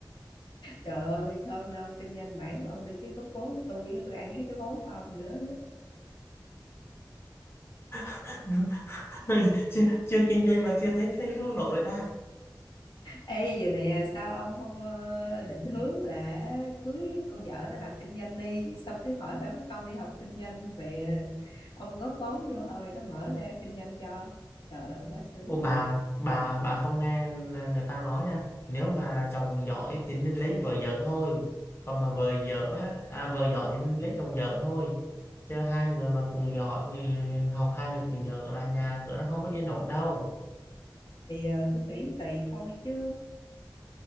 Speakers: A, on the left; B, on the left.
A: Trời ơi, thơm lâu kinh doanh mảng của ông đi chứ góp vốn của tôi tôi ăn hết cái vốn của ông nữa.
B: <laughs> chưa, chưa kinh doanh mà chưa thấy thấy thua lỗ rồi ta
A: Ê giờ nè, sao ông không ờ, định hướng là cưới con vợ nó làm kinh doanh đi, xong cái khỏi phải mất công đi học kinh doanh về ông góp vốn vô thôi nó mở ra kinh doanh cho. Trời ơi, quá sướng.
B: Ô, bà bà bà không nghe người ta nói nha nếu mà chồng giỏi thì nên lấy vợ vợ thôi còn mà vợ vợ á à, vợ giỏi thì nên lấy chồng vợ thôi chứ hai người mà cùng giỏi ừ, học hai người cùng vợ là nhà cửa nó không có yên ổn đâu
A: Thì ờ, tôi nghĩ tùy thôi chứ